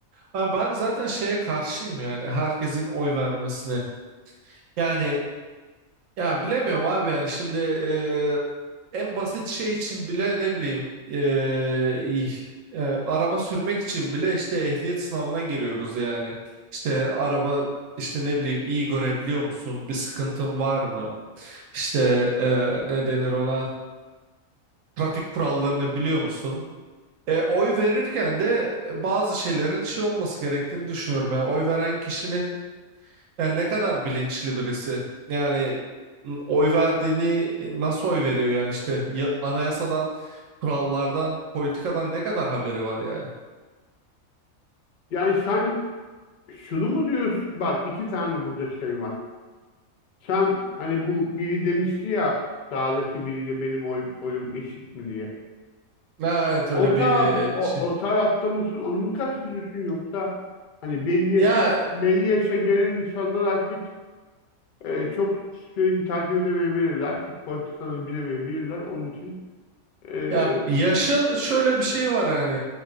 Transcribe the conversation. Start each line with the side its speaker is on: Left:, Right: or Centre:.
Right: Ama ben zaten şeye karşıyım yani herkesin oy vermesine. Yani ya bilemiyorum abi yani şimdi eee, en basit şey için bile ne bileyim eee, iyi, eee, araba sürmek için bile işte ehliyet sınavına giriyoruz yani. İşte araba işte ne bileyim iyi görebiliyor musun? Bir sıkıntın var mı? İşte eee, ne denir ona? Trafik kurallarını biliyor musun? E, oy verirken de bazı şeylerin şey olması gerektiğini düşünüyorum. Yani oy veren kişinin yani ne kadar bilinçli birisi. Yani n- oy verdiğini nasıl oy veriyor yani işte ya- anayasadan, kurallardan, politikadan ne kadar haberi var yani.
Left: Yani sen şunu mu diyorsun? Bak iki tane burada şey var. Sen hani bu biri demişti ya dağdaki biriyle benim oy- oyum eşit mi diye.
Right: Ha, evet öyle
Left: O taraf
Right: bir e,
Left: o,
Right: şey.
Left: o tarafta mısın? Onu mu kastediyorsun yoksa hani belli yaşa,
Right: Ya
Left: belli yaşa gelen insanlar artık e, çok süreci takip edemeyebilirler. Çok politikaları bilemeyebilirler. Onun için e,
Right: ya yaşın şöyle bir şey var hani